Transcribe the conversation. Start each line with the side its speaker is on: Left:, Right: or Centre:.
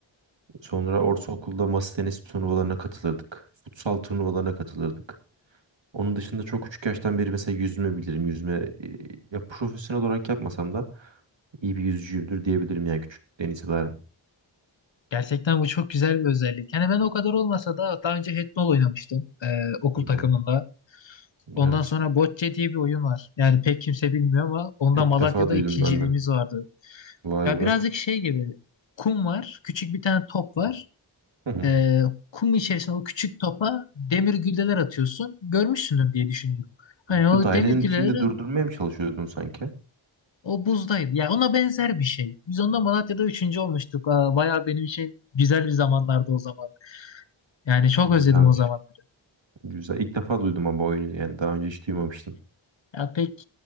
Right: Sonra ortaokulda masa tenisi turnuvalarına katılırdık. Futsal turnuvalarına katılırdık. Onun dışında çok küçük yaştan beri mesela yüzme bilirim. Yüzme e, ya profesyonel olarak yapmasam da iyi bir yüzücüyümdür diyebilirim yani küçüklükten itibaren.
Left: Gerçekten bu çok güzel bir özellik. Yani ben o kadar olmasa da daha önce handball oynamıştım e, okul
Right: Hı
Left: takımında.
Right: hı.
Left: Ondan
Right: Evet.
Left: sonra Bocce diye bir oyun var. Yani pek kimse bilmiyor ama onda
Right: İlk
Left: Malatya'da
Right: defa duydum
Left: ikinciliğimiz
Right: ben de.
Left: vardı.
Right: Vay
Left: Ya
Right: be.
Left: birazcık şey gibi kum var. Küçük bir tane top var.
Right: Hı hı.
Left: Ee, kum içerisine o küçük topa demir gülleler atıyorsun. Görmüşsündür diye düşünüyorum. Hani
Right: Bu
Left: o
Right: dairenin
Left: demir gülleleri
Right: içinde durdurmaya mı çalışıyordun sanki?
Left: o buzdaydı. Ya ona benzer bir şey. Biz onda Malatya'da üçüncü olmuştuk. Aa, bayağı benim için güzel bir zamanlardı o zaman. Yani çok
Right: Güzelmiş.
Left: özledim o zamanları.
Right: Güzel. İlk defa duydum ama oyunu yani. Daha önce hiç duymamıştım.
Left: Ya pek